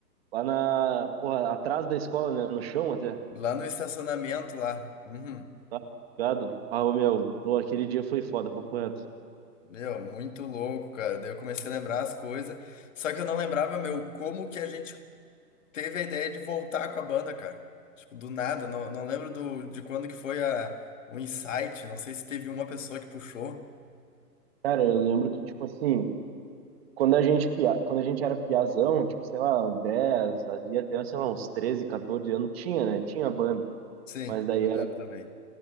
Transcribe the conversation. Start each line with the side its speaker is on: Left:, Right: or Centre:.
Right: lá na, porra, atrás da escola, né? No chão até.
Left: Lá no estacionamento lá. Uhum.
Right: Tá ligado? Ah, ô, meu, ô, aquele dia foi foda, papo reto.
Left: Meu, muito louco, cara. Daí eu comecei a lembrar as coisas. Só que eu não lembrava, meu, como que a gente teve a ideia de voltar com a banda, cara. Tipo, do nada. Não, não lembro do, de quando que foi a, o insight. Não sei se teve uma pessoa que puxou.
Right: Cara, eu lembro que, tipo assim, quando a gente, pia- quando a gente era piazão, tipo, sei lá, 10, ali até, sei lá, uns 13, 14 anos, tinha, né? Tinha banda.
Left: Sim,
Right: Mas daí
Left: eu lembro também.